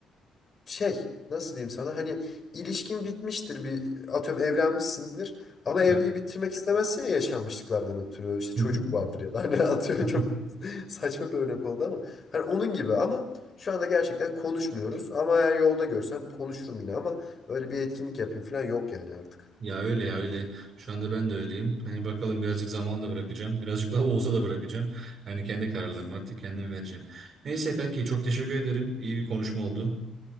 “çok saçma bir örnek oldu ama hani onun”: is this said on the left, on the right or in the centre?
Left